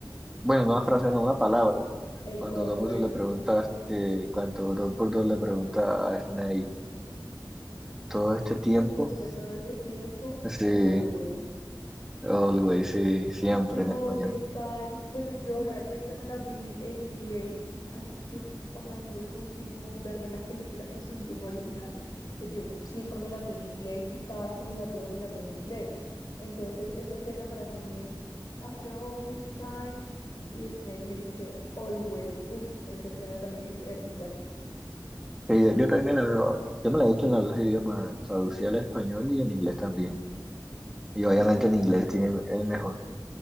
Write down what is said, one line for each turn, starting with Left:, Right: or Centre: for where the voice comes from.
Centre: bueno, no una
Left: El,
Centre: frase, no, una palabra.
Left: el
Centre: Cuando
Left: always,
Centre: Dumbledore le pregunta, que, cuando Dumbledore le pregunta a Snape todo este tiempo,
Left: después de todo este tiempo,
Centre: así,
Left: always.
Centre: algo dice siempre
Left: After all
Centre: en español.
Left: this time, bueno, yo realmente me las vi en inglés. A- Yo, o sea, a mí me gusta muchísimo verme las películas en su idioma original. Entonces, Yo siempre me las vi en inglés y cada vez que me las veo, me las veo en inglés. Entonces, esta escena para mí es After all this time y Snape le dice Always. Uf, esa escena también es épica.
Centre: Sí, yo, yo también me la veo, yo me la he visto en los dos idiomas, traducida al español y en inglés también. Y obviamente
Left: Que sí.
Centre: en inglés tiene el mejor.